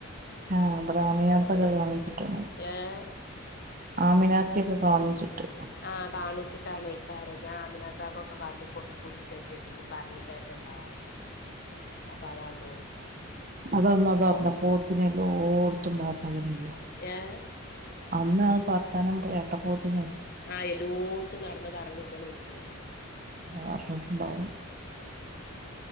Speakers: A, on the right (about 40°); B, on the left (about 45°).
A: ആ ഇബടെ ആമിനാത്തൊക്കെ
B: ആഹ്
A: കാണിച്ചിട്ടാണ്
B: ഏഹ്
A: ആമിനാത്തിയൊക്കെ കാണിച്ചിട്ട്
B: ആഹ് കാണൂച്ചിട്ടാണയ്ക്കാരം ഞാ ആമിനാത്താക്കൊക്കെ കാട്ടി കൊടുക്കൂച്ചിട്ടേറ്റേര്ക്കും പറഞ്ഞിട്ടേറ്റണ്ടാവും അപ്പതാന്ന് തോന്നും
A: അതന്നാ പറഞ്ഞ പോത്തിനെ എല്ലോട്ത്തും പറഞ്ഞതല്ലേ
B: ഏഹ്
A: അന്ന് അത് പർത്താനം കേട്ട പോത്തിനെ
B: ആയല്ലോട്ത്തും നടന്ന് പറഞ്ഞിക്കണല്ലേ
A: ആഹ് അറിഞ്ഞിട്ടുണ്ടാവും
B: ഉം